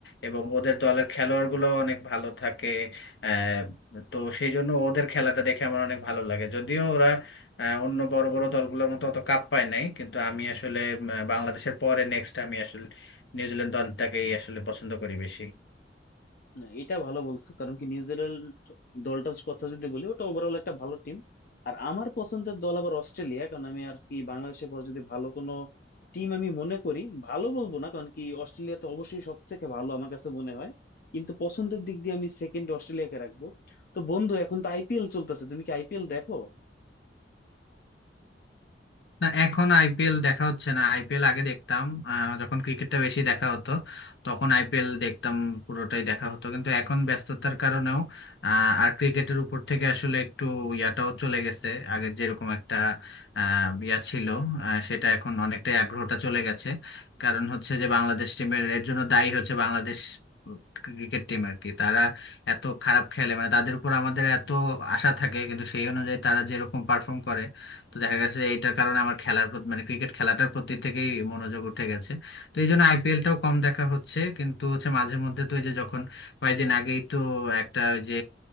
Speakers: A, on the left; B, on the left.
A: এবং ওদের দলের খেলোয়াড়গুলো অনেক ভালো থাকে আহ, তো সেই জন্য ওদের খেলাটা দেখে আমার অনেক ভালো লাগে যদিও ওরা আহ, অন্য বড় বড় দলগুলোর মতো অত কাপ পায় নাই কিন্তু আমি আসলে উম, বাংলাদেশের পরে নেক্সট আমি আসলে নিউজিল্যান্ড দলটাকেই আসলে পছন্দ করি বেশি
B: না এটা ভালো বলছো কারণ কি নিউজিল্যান্ড দলটার কথা যদি বলি ওটা ওভারঅল একটা ভালো টিম আর আমার পছন্দের দল আবার অস্ট্রেলিয়া কারণ আমি আর কি বাংলাদেশের পর যদি ভালো কোনো টিম আমি মনে করি ভালো বলবো না কারণ কি অস্ট্রেলিয়া তো অবশ্যই সব থেকে ভালো আমার কাছে মনে হয় কিন্তু পছন্দের দিক দিয়ে আমি সেকেন্ড অস্ট্রেলিয়াকে রাখবো তো বন্ধু এখন তো আইপিএল চলতেছে তুমি কি আইপিএল দেখো
A: না এখন আইপিএল দেখা হচ্ছে না আইপিএল আগে দেখতাম আহ, যখন ক্রিকেটটা বেশি দেখা হতো তখন আইপিএল দেখতাম পুরোটাই দেখা হতো কিন্তু এখন ব্যস্ততার কারণেও আহ, আর ক্রিকেটের উপর থেকে আসলে একটু ইয়াটাও চলে গেছে আগের যেরকম একটা আহ, ইয়া ছিল আহ, সেটা এখন অনেকটাই আগ্রহটা চলে গেছে কারণ হচ্ছে যে বাংলাদেশ টিমের এর জন্য দায়ী হচ্ছে বাংলাদেশ ক্রিকেট টিম আর কি তারা এত খারাপ খেলে মানে তাদের উপর আমাদের এত আশা থাকে কিন্তু সেই অনুযায়ী তারা যেরকম পারফর্ম করে তো দেখা গেছে এটার কারণে আমার খেলার প্রতি মানে ক্রিকেট খেলাটার প্রতি থেকেই মনোযোগ উঠে গেছে তো এই জন্য আইপিএলটাও কম দেখা হচ্ছে কিন্তু হচ্ছে মাঝে মধ্যে তো এই যে যখন কয়েকদিন আগেই তো একটা ওই যে